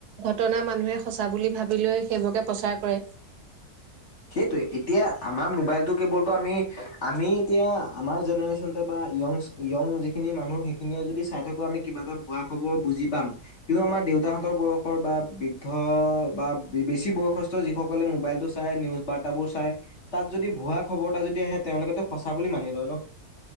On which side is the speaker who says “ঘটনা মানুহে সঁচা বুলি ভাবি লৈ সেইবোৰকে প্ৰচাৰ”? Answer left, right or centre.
Right